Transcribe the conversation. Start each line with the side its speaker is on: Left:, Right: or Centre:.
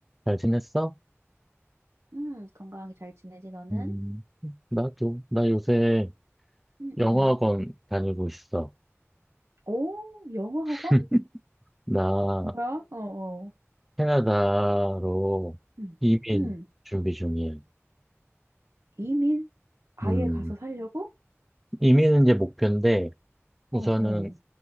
Centre: 잘 지냈어?
Right: 음, 건강하게 잘 지내지, 너는?
Centre: 음, 나도, 나 요새
Right: 응응
Centre: 영어학원 다니고 있어.
Right: 오, 영어
Centre: <laughs>
Right: 학원?
Centre: 나
Right: 뭐야? 어, 어.
Centre: 캐나다로
Right: 응
Centre: 이민
Right: 응
Centre: 준비 중이야.
Right: 이민? 아예
Centre: 음,
Right: 가서 살려고?
Centre: 이민은 이제 목표인데,
Right: 어,
Centre: 우선은
Right: 어.